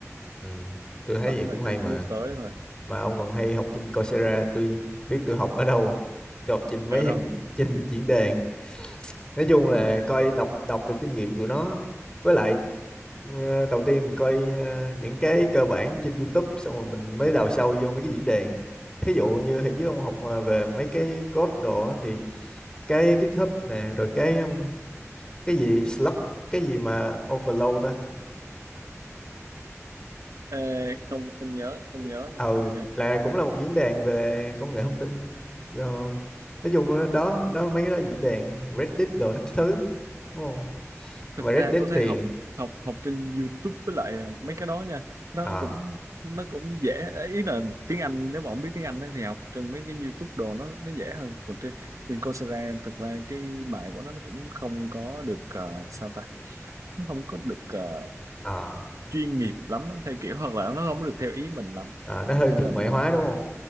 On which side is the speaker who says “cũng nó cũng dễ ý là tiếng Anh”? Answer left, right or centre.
Right